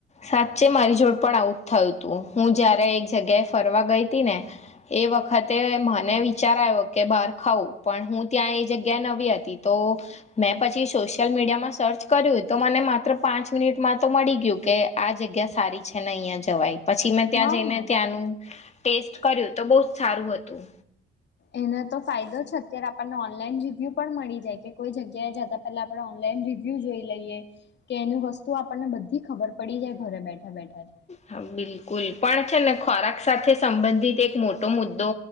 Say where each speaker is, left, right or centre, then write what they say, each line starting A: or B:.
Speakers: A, on the left (about 35°); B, on the left (about 60°).
A: સાચે મારી જોડ પણ આવું જ થયું હતું હું જયારે એક જગ્યાએ ફરવા ગઈ હતી ને એ વખતે મને વિચાર આવ્યો કે બહાર ખઉં પણ હું ત્યાં એ જગ્યાએ નવી હતી તો મેં પછી સોશિયલ મીડિયામાં સર્ચ કર્યું તો મને માત્ર પાંચ મિનિટમાં તો મળી ગયું કે આ જગ્યા સારી છે ને અહીંયા જવાય પછી મેં ત્યાં
B: હા
A: જઈને
B: હા
A: ત્યાંનું ટેસ્ટ કર્યું તો બહુ જ સારું હતું.
B: એને તો ફાયદો છે અત્યારે આપણને ઓનલાઈન રિવ્યુ પણ મળી જાય કે કોઈ જગ્યાએ જતા પેલા આપડણે ઓનલાઈન રિવ્યુ જોઈ લઈએ કે એની વસ્તુ આપણને બધી ખબર પડી જાય ઘરે બેઠા બેઠા. જ
A: હા બિલકુલ પણ છે ને ખોરાક સાથે સંબંધિત એક મોટો મુદ્દો